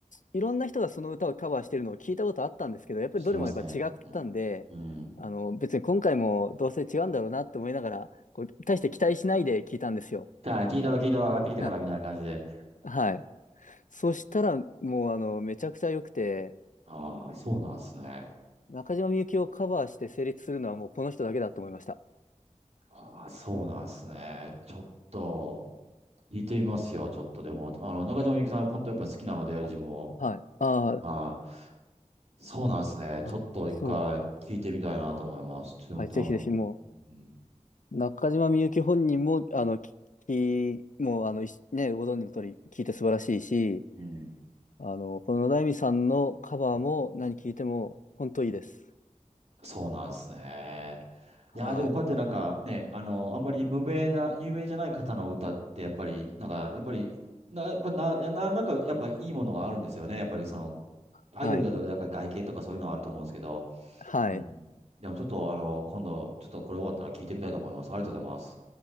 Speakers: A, on the left; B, on the right.
A: いろんな人がその歌をカバーしてるのを聞いたことあったんですけど、やっぱりどれもやっぱ違ったんで、
B: してますね。うん。うん。
A: あの、別に今回もどうせ違うんだろうなって思いながら、こう、大して期待しないで聞いたんですよ。
B: じゃあ、聞いたろ聞いたろ上がってきたからみたいな感じで。
A: ははい。そしたら、もう、あの、めちゃくちゃ良くて、
B: ああ、そうなんですね。
A: あ中島みゆきをカバーして成立するのはもうこの人だけだと思いました。
B: ああ、そうなんですね。ちょっと、聞いてみますよ。ちょっとでも、あの、中島みゆきさん、本当やっぱ好きなので、自分を。
A: はい。はい。あ
B: はいそうなんですね。ちょっと一回聞いてみたいなと思います。
A: あ、あ、そう。
B: ちょっと多
A: はい。ぜひぜひ、も
B: 分、
A: う、中島みゆき本人も、あの、き、きもう、あの、いしね、ご存知の通り、聞いて素晴らしいし、
B: うん、うん
A: あの、この野田恵美さんのカバーも何聞いても、
B: うん
A: 本当いいです。
B: そうなんですね。いやー、
A: はい。
B: でもこうやってなんかね、あの、あんまり無名な、有名じゃない方の歌って、やっぱり、なんか、やっぱり、な、やっぱな、ななんか、やっぱいいものがあるんですよね。やっぱりその、アイドルだと、
A: はい。
B: なんか外見とかそういうのはあると思うんですけど、
A: はい。
B: うん。でもちょっと、あの、今度、ちょっとこれ終わったら聞いてみたいと思います。ありがとうございます。